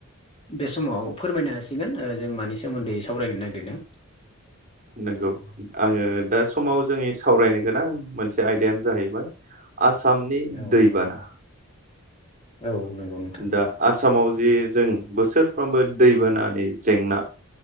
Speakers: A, on the left; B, on the right.
A: बे समाव फोरमायनो हासिगोन ओ जों मानि सोमोन्दै सावरायनो नागिरदों
B: नंगौ आङो दा समाव जोंनि सावरायनो गोनां मोनसे आयदायानो जाहैबाय आसामनि
A: औ
B: दैबाना
A: नंगौ नोंथां औ नंगौ नोंथां
B: दा आसामाव जे जों बोसोरफ्रोमबो दैबानानि जेंना